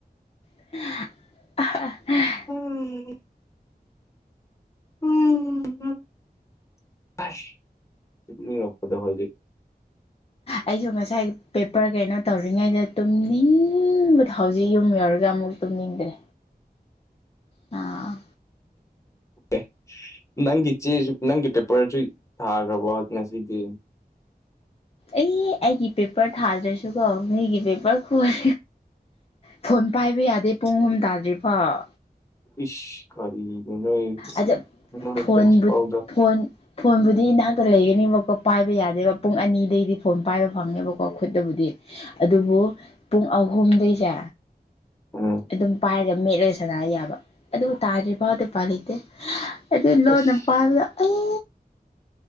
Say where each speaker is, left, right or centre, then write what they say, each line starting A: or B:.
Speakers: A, on the left; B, on the left.
A: <unintelligible>
B: <unintelligible> ꯑꯁ ꯇꯨꯝꯅꯤꯡꯉꯛꯄꯗꫭ ꯍꯧꯖꯤꯛ
A: ꯑꯩꯁꯨ ꯉꯁꯥꯏ ꯄꯦꯄꯔ ꯀꯩꯅꯣ ꯇꯧꯔꯤꯉꯩꯗ ꯇꯨꯝꯅꯤꯡꯕꯗ ꯍꯧꯖꯤꯛ ꯌꯨꯝ ꯌꯧꯔꯛ ꯑꯃꯨꯛ ꯇꯨꯝꯅꯤꯡꯗ꯭ꯔꯦ ꯑꯥ
B: ꯑꯦ ꯅꯪꯒꯤ ꯆꯦꯁꯨ ꯅꯪꯒꯤ ꯄꯦꯄꯔꯁꯨ ꯊꯥꯈ꯭ꯔꯕꯣ ꯉꯁꯤꯗꯤ
A: ꯑꯩ ꯑꯩꯒꯤ ꯄꯦꯄꯔ ꯊꯥꯗ꯭ꯔꯁꯨꯀꯣ ꯃꯒꯤ ꯄꯦꯄꯔ ꯈꯣꯏ ꯐꯣꯟ ꯄꯥꯏꯕ ꯌꯥꯗꯦ ꯄꯨꯡ ꯑꯍꯨꯝ ꯇꯥꯗ꯭ꯔꯤꯐꯥꯎ
B: ꯏꯁ ꯀꯔꯤꯅꫭ ꯅꫭꯏ
A: ꯑꯗ
B: ꯅꫭꯏ
A: ꯐꯣꯟꯕꯨ
B: ꯄꯔꯤꯟꯁꯤꯄꯥꯜꯗꫭ
A: ꯐꯣꯟ ꯐꯣꯟꯕꯨꯗꯤ ꯏꯅꯥꯛꯇ ꯂꯩꯒꯅꯦꯕꯀꯣ ꯄꯥꯏꯕ ꯌꯥꯗꯦꯕ ꯄꯨꯡ ꯑꯅꯤꯗꯩꯗꯤ ꯐꯣꯟ ꯄꯥꯏꯕ ꯐꯪꯉꯦꯕꯀꯣ ꯈꯨꯠꯇꯕꯨꯗꯤ ꯑꯗꯨꯕꯨ ꯄꯨꯡ ꯑꯍꯨꯝꯗꯩꯁꯦ
B: ꯎꯝ
A: ꯑꯗꯨꯝ ꯄꯥꯏꯔꯒ ꯃꯦꯠꯂꯒ ꯁꯥꯟꯅ ꯌꯥꯕ꯫ ꯑꯗꯨ ꯇꯥꯗ꯭ꯔꯤ ꯐꯥꯎꯗꯤ ꯎꯄꯥꯏ ꯂꯩꯇꯦ ꯑꯗꯨ ꯂꯣꯟꯅ
B: ꯑꯁ
A: ꯄꯥꯕꯗ ꯑꯩ